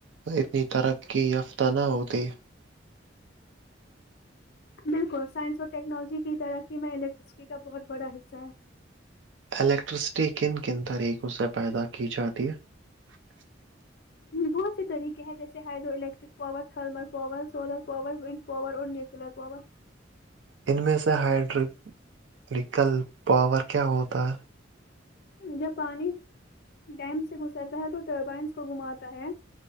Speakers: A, on the right; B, on the left.
A: اتنی ترقی یافتہ نہ ہوتی
B: بالکل سائنس اور ٹیکنالوجی کی ترقی میں الیکٹرسٹی کا بہت بڑا حصہ ہے
A: الیکٹرسٹی کن کن طریقوں سے پیدا کی جاتی ہے
B: بہت سے طریقے ہیں جیسے hydro electric power thermal power solar power wind power اور نیوکلر پاور
A: ان میں سے ہائڈریکل پاور کیا ہوتا
B: جب پانی ڈیم سے گھسرتا ہے تو ٹربائنس کو گھماتا ہے